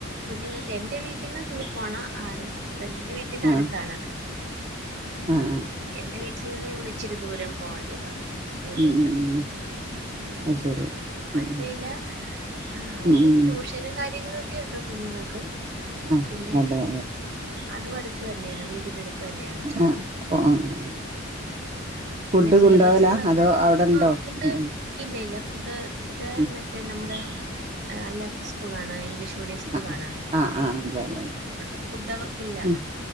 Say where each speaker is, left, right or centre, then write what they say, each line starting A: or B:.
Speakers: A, on the right; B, on the right.
A: കുഞ്ഞുങ്ങൾ എന്റെ വീട്ടിൽന്ന് തൂരെ പോണ ആരോ ഹസ്ബൻഡിന്റെ വീട്ടിന്ന്
B: ആഹ്
A: അടുത്താണ്
B: ആഹ് ആഹ് അതെ
A: എന്റെ
B: അതെ
A: വീട്ടിൽ നിന്ന് ഇച്ചിരി ദൂരം പോവണ്ടതാ സ്കൂളിലോട്ട്
B: ഉം ഉം ഉം
A: ഉം
B: അത് ശരി
A: കൊഴപ്പില്ല
B: ഉം ഉം
A: ആ
B: ഉം
A: അത്
B: ഉം ഉം
A: ട്യൂഷനും കാര്യങ്ങളും ഒക്കെുണ്ടോ കുഞ്ഞുങ്ങൾക്കും
B: ആഹ്
A: പിന്നെ
B: അതെ അതെ
A: അതും അടുത്ത് തന്നെയാണ് വീടിനടുത്ത് തന്നെയാണ്
B: ആഹ് അപ്പൊ ഉം ഉം ഉം ഫുഡ്
A: പിന്നെ സിലബസുകളൊക്കെ
B: കൊണ്ടോവലാ അതോ അവിടെണ്ടോ
A: ആ ഫുഡ്
B: ഉം ഉം
A: ഇല്ല ഇല്ല ഫുഡ് ഇത്
B: ഉം
A: മറ്റേ നമ്മുടെ അല്ലാത്ത സ്കൂളാണ് ഇംഗ്ലീഷ് മീഡിയം സ്കൂളാണ്
B: ആഹ് ആഹ് ആഹ് അതെ അതെ അതെ
A: അവിടെ ഫുഡ് അവർക്കില്ല
B: ഉം